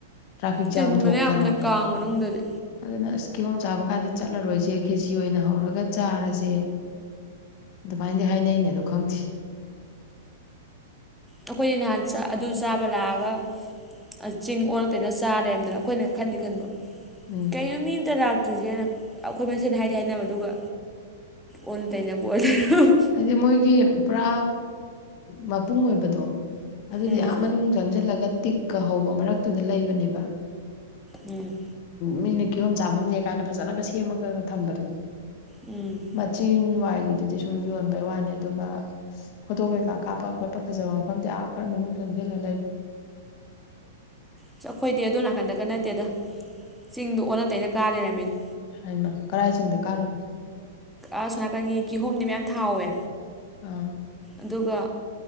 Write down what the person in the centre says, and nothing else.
ꯆꯤꯟꯕꯅꯦ
ꯌꯥꯝꯅ ꯀꯥꯡ ꯃꯅꯨꯡꯗꯗꯤ
ꯑꯩꯈꯣꯏꯗꯤ ꯅꯍꯥꯟ ꯆꯥꯛ ꯑꯗꯨ ꯆꯥꯕ ꯂꯥꯛꯑꯒ ꯆꯤꯡ ꯑꯣꯟꯅ ꯇꯩꯏꯅ ꯆꯥ ꯂꯩꯔꯝꯗꯅ ꯑꯩꯈꯣꯏꯅ ꯈꯟꯗꯤ ꯈꯟꯕ
ꯀꯩꯅꯣ ꯃꯤ ꯑꯃꯝꯇ ꯂꯥꯛꯇ꯭ꯔꯤꯁꯦꯅ ꯑꯩꯈꯣꯏ ꯃꯁꯦꯜꯟꯅ ꯍꯥꯏꯗꯤ ꯍꯥꯏꯅꯕ ꯑꯗꯨꯒ ꯑꯣꯟꯅ ꯇꯩꯅꯕ ꯑꯣꯏ
ꯎꯝ
ꯎꯝ
ꯎꯝ
ꯑꯁ ꯑꯩꯈꯣꯏꯗꯤ ꯑꯗꯨ ꯅꯥꯀꯟꯗꯒ ꯅꯠꯇꯦꯗ ꯆꯤꯡꯗꯣ ꯑꯣꯟꯅ ꯇꯩꯅ ꯀꯥ ꯂꯩꯔꯝꯃꯤꯅ
ꯑꯁꯣꯝ ꯅꯥꯀꯟꯒꯤ ꯀꯤꯍꯣꯝꯗꯤ ꯃꯌꯥꯝ ꯊꯥꯍꯧꯋꯦ
ꯑꯗꯨꯒ